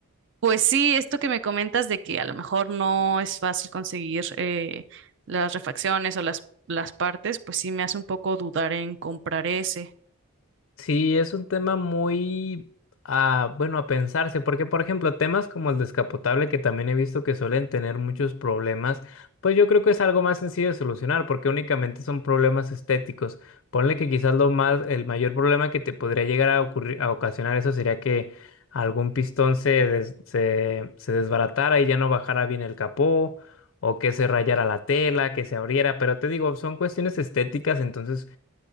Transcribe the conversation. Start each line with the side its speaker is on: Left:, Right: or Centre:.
Right: pues sí, esto que me comentas de que a lo mejor no es fácil conseguir eh, las refacciones o las, las partes, pues sí me hace un poco dudar en comprar ese.
Left: Sí, es un tema muy, ah, bueno, a pensarse, porque por ejemplo, temas como el descapotable, que también he visto que suelen tener muchos problemas, pues yo creo que es algo más sencillo de solucionar, porque únicamente son problemas estéticos. Ponle que quizás lo más, el mayor problema que te podría llegar a ocurrir, a ocasionar eso sería que algún pistón se, des- se, se desbaratara y ya no bajara bien el capó, o que se rayara la tela, que se abriera, pero te digo, son cuestiones estéticas, entonces